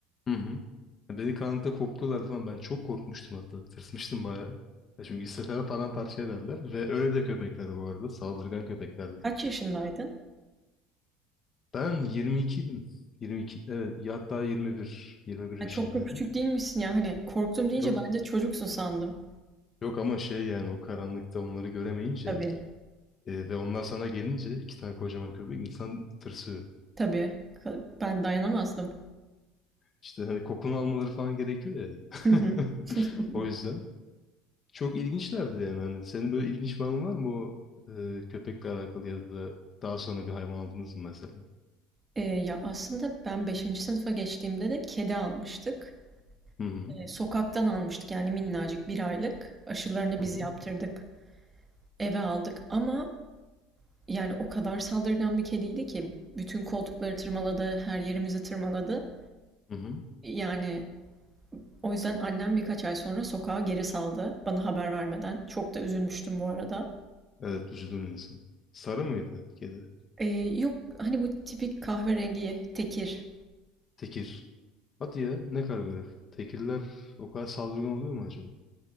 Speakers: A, on the left; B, on the right.
A: Hı hı. Beni karanlıkta kokluyorlardı falan. Ben çok korkmuştum hatta. Tırsmıştım bayağı. Ya çünkü istesem paramparça ederler. Ve öyle de köpeklerdi bu arada. Saldırgan köpeklerdi.
B: Kaç yaşındaydın?
A: Ben 22'ydim. 22, evet. ya Hatta 21. 21 yaşındaydım.
B: Ya, çok da küçük değilmişsin ya. Hani, korktum deyince
A: Yok.
B: bence çocuksun sandım.
A: Yok ama şey yani o karanlıkta onları göremeyince
B: Tabii,
A: e, ve onlar sana gelince iki tane kocaman köpek insan tırsıyor.
B: tabii. Ka ben dayanamazdım.
A: İşte hani kokunu almaları falan gerekiyor ya. <laughs>
B: Hı hı. <laughs>
A: O yüzden. Çok ilginçlerdi yani hani senin böyle ilginç bir anın var mı o e, köpekle alakalı ya da daha sonra bir hayvan aldınız mı mesela?
B: Eee, ya, aslında ben beşinci sınıfa geçtiğimde de kedi almıştık.
A: Hı hı.
B: Eee, sokaktan almıştık, yani, minnacık bir aylık. Aşılarını
A: Hı
B: biz
A: hı.
B: yaptırdık, eve aldık ama, yani, o kadar saldırgan bir kediydi ki bütün koltukları tırmaladı, her yerimizi tırmaladı.
A: Hı hı.
B: Yani, O yüzden annem birkaç ay sonra sokağa geri saldı bana haber vermeden. Çok da üzülmüştüm bu arada.
A: Evet üzülür insan. Sarı mıydı kedi?
B: Ee, yok hani bu tipik kahverengi tekir.
A: Tekir. Hadi ya ne kadar garip. Tekirler o kadar saldırgan oluyor mu acaba?